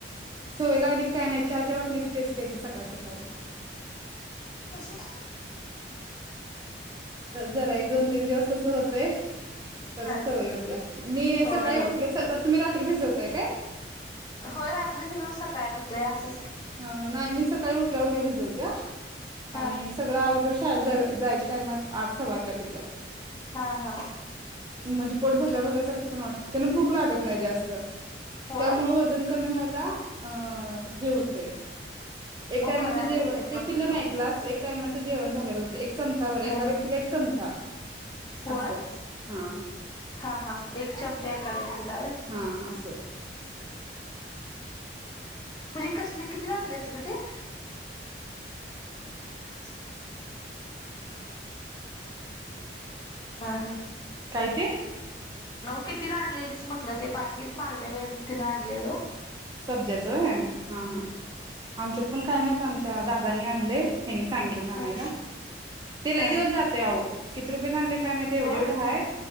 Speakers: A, on the right; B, on the left.
A: सवय लावली कि काय नाही चहाच्या वाटणीचं तेच प्यायचं सकाळ सकाळी
B: तशा
A: जरा एक, दोन तीन दिवस तसं होतंय परत
B: हा
A: सवय होत्या मी
B: होय
A: सकाळी
B: होय
A: उठल्या रात्री भिजवताय काय?
B: होय रात्री भिजवून सकाळी पितोय असं
A: हं हं नाही मीच सकाळी उठल्या उठल्या भिजवत्या
B: हा
A: आणि सगळं आवरल्यावर हा शाळेत जायच्या टाइमात आठ-सव्वा आठला पित्या.
B: हा हा
A: म्हणजे पोट भरल्या भरल्यासारखं पण वाटत त्यांना भूक लागत नाही जास्त.
B: होय
A: त्यामुळे वजन. कमी व्हायला अ हे होत. तय. एक
B: मग
A: टाइमाचं
B: बरं आहे
A: जेवण,
B: बाई मी
A: ते
B: पण
A: पिलं
B: पितो
A: ना एक ग्लास एक टाइमाचं जेवण. <unintelligible> बरं एका
B: हा
A: व्यक्तीला
B: हा
A: एक चमचा
B: व्हय
A: असं हा
B: हा हा एक चमचा एका व्यक्ती ला व्हय.
A: हा अ असं-
B: हा- <unintelligible> कसल कितीला आणलस ग - ते- हा हा
A: काय ते-
B: अ कितीला आणलेलीस म्हटलं ते पाकिट मागल्या वेळेस तिन आणलेलो?
A: सब्ज्याच होय, हा हा आमच्यात- पण काय माहित आमच्या दादाने आणलय. हेनी सांगितल होत आणायला,
B: हा
A: ते लय
B: हा
A: दिवस जातय अहो किती रुपयेच आणले काय माहित एवढे
B: व
A: एवढं हाय